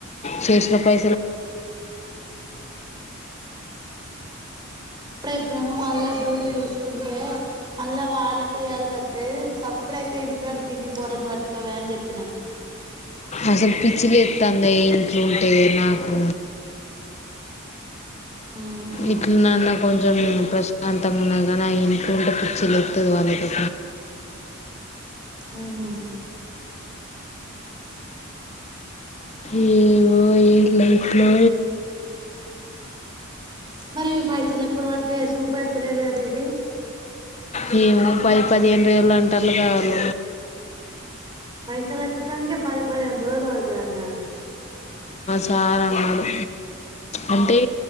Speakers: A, on the left (about 30°); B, on the right (about 20°).
A: శేష ర పై
B: చెప్పినను మళ్ళా డ్యూటీ చూసుకుంటే మళ్ళా వాళ్ళక వేయాల్సి వస్తంది సప్పుడక ఇంటికాడ తిని పోరను పట్టుకోవ అని చెప్పిన
A: అసలు పిచ్చిలు ఎస్తుంది ఇంట్లో ఉంటే నాకు
B: ఉహు
A: ఇట్లనన్న కొంచెం ప్రశాంతంగా ఉన్నాయి కానీ ఆ ఇంట్లోంటే పిచ్చి లేకుతుంది వాళ్ళతో
B: ఉమ్
A: ఏవో ఏలైట్లో
B: మరి ఇ పైసలు ఎప్పుడు పడితే సూప పెడతలేదు అ దేవి
A: మేముో పది పదిహేను వేలు అంటారులు కావాాల
B: పైసాలు వచ్చ తన్క పది పదింత రోల వాదు వారున్న
A: చార్ా అన్నాడు అంటే